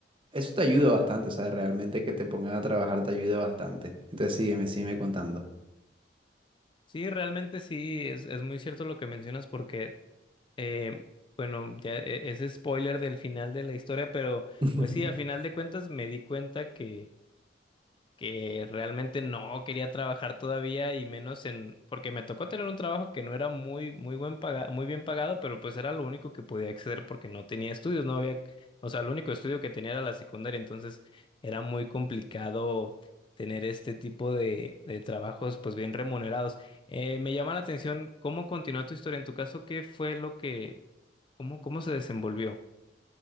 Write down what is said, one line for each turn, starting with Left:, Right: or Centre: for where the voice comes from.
Right: eso te ayuda bastante, o sea, realmente que te pongan a trabajar te ayuda bastante. Entonces sígueme, sígueme contando.
Left: sí, realmente sí, es, es muy cierto lo que mencionas porque, eh, bueno, ya e- es spoiler del final de la historia, pero
Right: <laughs>
Left: pues sí, a final de cuentas me di cuenta que que realmente no quería trabajar todavía y menos en, porque me tocó tener un trabajo que no era muy, muy buen paga- muy bien pagado, pero pues era lo único que podía acceder porque no tenía estudios, no había, o sea, el único estudio que tenía era la secundaria, entonces era muy complicado tener este tipo de, de trabajos pues bien remunerados. Eh, me llama la atención cómo continuó tu historia, en tu caso, ¿qué fue lo que, cómo, cómo se desenvolvió?